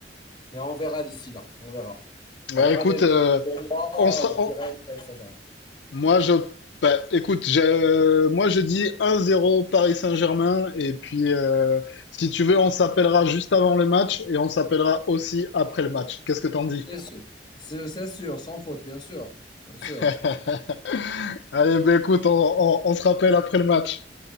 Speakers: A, on the left (about 25°); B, on the left (about 75°).
A: Mais on verra d'ici là. On verra.
B: Ouais,
A: On verra
B: écoute,
A: même
B: euh,
A: pour moi,
B: on sera,
A: je dirais
B: on-
A: Paris Saint-Germain.
B: moi je, bah, écoute, je, moi je dis un zéro Paris Saint-Germain et puis euh, si tu veux, on s'appellera juste avant le match et on s'appellera aussi après le match. Qu'est-ce que t'en dis?
A: C'est sûr. C'est c'est sûr, sans faute, bien sûr. Bien sûr.
B: <laughs> Allez, bah, écoute, on on- on se rappelle après le match.